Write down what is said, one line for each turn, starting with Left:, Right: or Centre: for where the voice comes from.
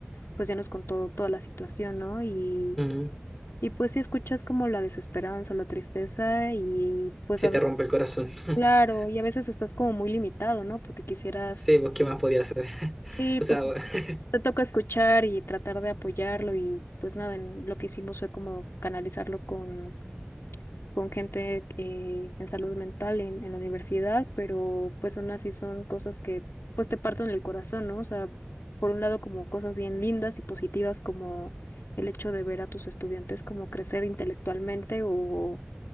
Left: pues ya nos contó toda la situación, ¿no? Y,
Centre: Mm,
Left: y pues sí escuchas como la desesperanza, la tristeza y pues
Centre: se
Left: a
Centre: te
Left: veces,
Centre: rompe el corazón. <laughs>
Left: claro, y a veces estás como muy limitado, ¿no? Porque quisieras,
Centre: Sí, pues, ¿qué más podía hacer? <laughs>
Left: sí,
Centre: O
Left: pues
Centre: sea, bueno, <laughs>
Left: te toca escuchar y tratar de apoyarlo y pues nada, en- lo que hicimos fue como canalizarlo con con gente eh, en salud mental en, en la universidad, pero pues aún así son cosas que pues te parten el corazón, ¿no? O sea, por un lado como cosas bien lindas y positivas como el hecho de ver a tus estudiantes como crecer intelectualmente o,